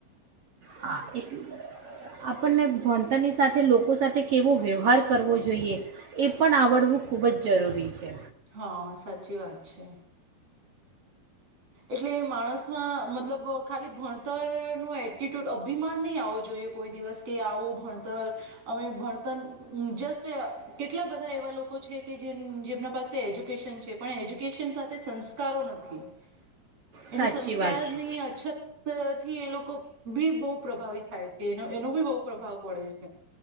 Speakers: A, on the right (about 65°); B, on the right (about 40°).
A: હા એટલું આપણને ભણતરની સાથે લોકો સાથે કેવો વ્યવહાર કરવો જોઈએ એ પણ આવડવું ખૂબ જ જરૂરી છે
B: હા સાચી વાત છે એટલે માણસના મતલબ ખાલી ભણતરનો એટિટ્યૂડ અભિમાન નહીં આવવો જોઈએ કોઈ દિવસ કે આવો ભણતર અમે ભણતર જસ્ટ કેટલા બધા એવા લોકો છે કે જે જેમના પાસે એજ્યુકેશન છે પણ એજ્યુકેશન સાથે સં એનું
A: સાચી
B: સંસ્કાર
A: વાત છે
B: નહી અછત થી એ લોકો બી બહ પ્રભાવી થાય છે એ એનો બી બહુ પ્રભાવ પડે છે